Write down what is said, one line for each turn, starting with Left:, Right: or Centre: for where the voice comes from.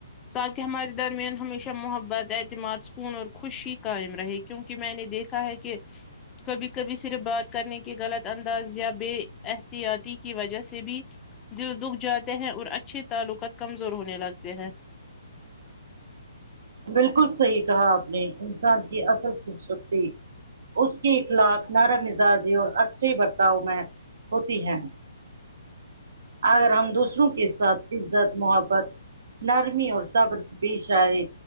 Left: تاکہ ہمارے درمیان ہمیشہ محبت اعتماد سکون اور خوشی قائم رہے گی کیونکہ میں نے دیکھا ہے کہ کبھی کبھی صرف بات کرنے کے غلط انداز یا بے احتیادی کی وجہ سے بھی دل دکھ جاتے ہیں اور اچھے تعلقات کمزور ہونے لگتے ہیں
Right: بالکل صحیح کہا آپ نے انسان کی اصل خوبصورتی اس کی اخلاق نرم مزاجی اور اچھے برتاؤ میں ہوتی ہے اگر ہم دوسروں کے ساتھ عزت محبت نرمی اور صبر پیش آئے